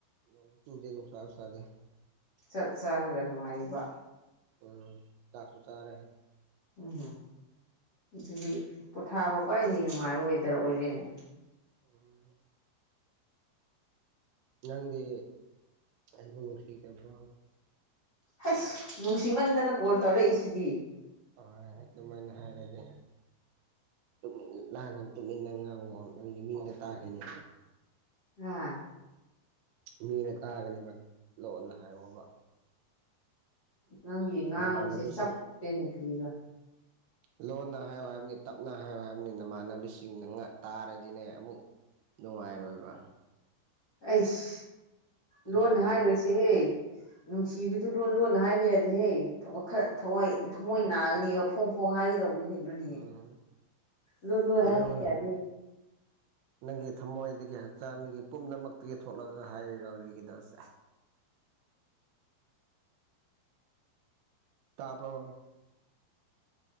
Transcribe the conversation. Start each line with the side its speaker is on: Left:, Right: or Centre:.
Right: ꯅꯣꯡꯁꯨ ꯆꯨꯗꯦ ꯅꯨꯡꯁꯥꯁꯨ ꯁꯥꯗꯦ
Left: ꯆꯞ ꯆꯥꯔꯒ ꯅꯨꯡꯉꯥꯏꯔꯤꯕ
Right: ꯎꯝ ꯆꯥꯛꯁꯨ ꯆꯥꯔꯦ
Left: ꯎꯝ ꯑꯗꯨꯗꯤ ꯄꯣꯊꯥꯕ ꯈ꯭ꯋꯥꯏꯗꯤ ꯅꯨꯡꯉꯥꯏꯕ ꯋꯦꯗꯔ ꯑꯣꯏꯔꯦꯅꯦ
Right: ꯎꯝ ꯅꯪꯗꯤ ꯑꯩꯕꯨ ꯅꯨꯡꯁꯤꯗꯕ꯭ꯔꯣ
Left: ꯍꯩꯁ ꯅꯨꯡꯁꯤꯃꯟꯗꯅ ꯀꯣꯜ ꯇꯧꯔꯛꯏꯁꯤꯗꯤ
Right: ꯍꯣꯏ ꯑꯗꯨꯃꯥꯏꯅ ꯍꯥꯏꯔꯗꯤ ꯇꯨꯃꯤꯟ ꯂꯥꯡꯉꯣ ꯇꯨꯃꯤꯟꯅ ꯉꯥꯡꯉꯣꯟ ꯅꯪꯒꯤ ꯃꯤꯅ ꯇꯥꯈꯤꯅꯤ
Left: ꯍꯥ
Right: ꯃꯤꯅ ꯇꯥꯒꯅꯦꯕ ꯂꯣꯟꯅ ꯍꯥꯏꯌꯣꯕ
Left: ꯅꯪꯒꯤ ꯉꯥꯡꯕꯁꯦ
Right: ꯅꯃꯥꯟꯅꯕꯤꯁꯤꯡ
Left: ꯆꯞꯄꯦꯅꯦ ꯀ꯭ꯔꯤꯔꯥ
Right: ꯂꯣꯟꯅ ꯍꯥꯏꯌꯨ ꯍꯥꯏꯕꯅꯦ ꯇꯞꯅ ꯍꯥꯏꯌꯨ ꯍꯥꯏꯕꯅꯦ ꯅꯃꯥꯟꯅꯕꯤꯁꯤꯡꯅ ꯇꯥꯔꯗꯤꯅꯦ ꯑꯃꯨꯛ ꯅꯨꯡꯉꯥꯏꯔꯣꯏꯕ
Left: ꯑꯩꯁ ꯂꯣꯟꯅ
Right: ꯍꯣꯠꯅ
Left: ꯍꯥꯏꯔꯣꯏꯁꯦꯍꯦ ꯅꯨꯡꯁꯤꯕꯗꯨ ꯂꯣꯟ ꯂꯣꯟ ꯍꯥꯏꯕ ꯌꯥꯗꯦꯍ ꯊꯋꯥꯏ ꯊꯃꯣꯏ ꯅꯥꯒꯅꯦꯕ ꯐꯣꯡ ꯐꯣꯡ ꯍꯥꯏꯒꯗꯕꯅꯤ ꯀꯩꯅꯣꯅꯤ
Right: ꯎꯝ
Left: ꯂꯣꯅꯨ ꯑꯦ
Right: ꯅꯪꯅ
Left: ꯀꯗꯤ
Right: <unintelligible> ꯅꯪꯒꯤ ꯊꯃꯣꯏꯗꯒꯤ ꯍꯛꯆꯥꯡꯗꯒꯤ ꯄꯨꯝꯅꯃꯛꯇꯒꯤ ꯊꯣꯛꯂꯛꯑꯒ ꯍꯥꯏꯔꯤꯔꯣ ꯍꯧꯖꯤꯛꯒꯤꯗꯣꯁꯦ ꯇꯥꯄ